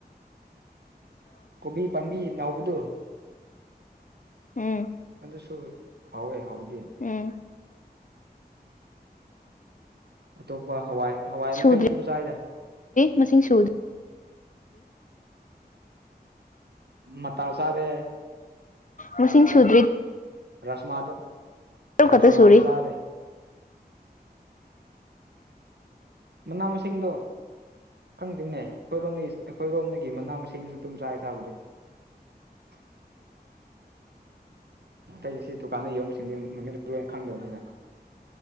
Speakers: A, on the right; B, on the left.
A: ꯀꯣꯕꯤ ꯄꯥꯝꯕꯤ ꯅꯥꯎꯕꯗꯨ
B: ꯎꯝ
A: ꯑꯗꯨꯁꯨ ꯍꯥꯎꯋꯦ ꯍꯥꯎꯗꯤ
B: ꯎꯝ
A: ꯑꯇꯣꯞꯄ ꯍꯋꯥꯏ ꯍꯋꯥꯏ
B: ꯁꯨꯗ꯭ꯔꯤ
A: ꯃꯈꯩꯗꯤ ꯑꯗꯨꯝ ꯆꯥꯏꯗ
B: ꯃꯁꯤꯡ ꯁꯨꯗ꯭ꯔꯤ
A: ꯃꯇꯥꯁꯥꯔꯦ
B: ꯃꯁꯤꯡ ꯁꯨꯗ꯭ꯔꯤ
A: ꯔꯁꯃꯗꯨ
B: ꯇꯔꯨꯛ
A: ꯔꯁꯃꯗꯨ
B: ꯈꯛꯇ ꯁꯨꯔꯤ
A: ꯆꯔꯦ ꯃꯅꯥ ꯃꯁꯤꯡꯗꯣ ꯈꯪꯗꯦꯅꯦ ꯑꯩꯈꯣꯏꯔꯣꯝ ꯑꯩꯈꯣꯏꯔꯣꯝꯗꯒꯤ ꯃꯅꯥ ꯃꯁꯤꯡꯁꯨ ꯑꯗꯨꯝ ꯆꯥꯏ ꯆꯥꯕꯗꯤ <unintelligible> ꯑꯇꯩꯗꯤ ꯁꯤ ꯗꯨꯀꯥꯟꯗ ꯌꯧꯕꯁꯤꯡꯗꯤ ꯃꯃꯤꯠ ꯑꯗꯨꯣꯏꯅ ꯈꯪꯗꯕꯅꯤꯅ